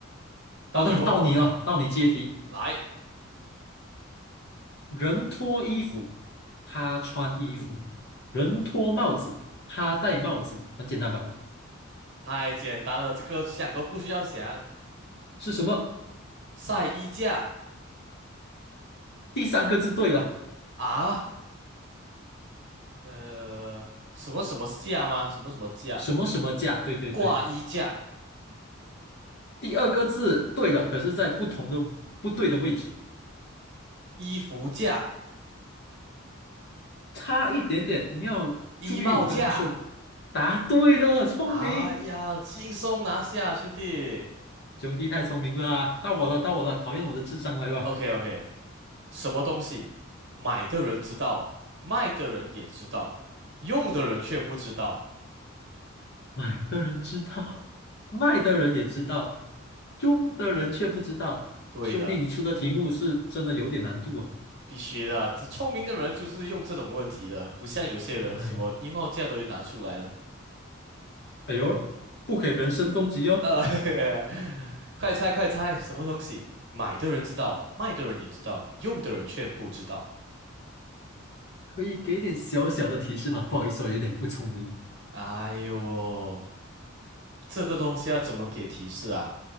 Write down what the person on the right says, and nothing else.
到你问我，
来，
太简单了，这个想都不需要想。
晒衣架
啊，呃，什么什么架吗？什么什么架？
挂衣架、
衣服架、
衣帽架。
哎呀，轻松拿下，兄弟。
OK，OK，OK。什么东西，买的人知道，卖的人也知道，用的人却不知道。
对的，
必须的啊这聪明的人就是用这种问题的，不像有些人什么衣帽架都拿出来了。
嗯
呃，<laughs> 快猜快猜，什么东西，买的人知道，卖的人也知道，用的人却不知道。
哎呦，这个东西要怎么给提示啊？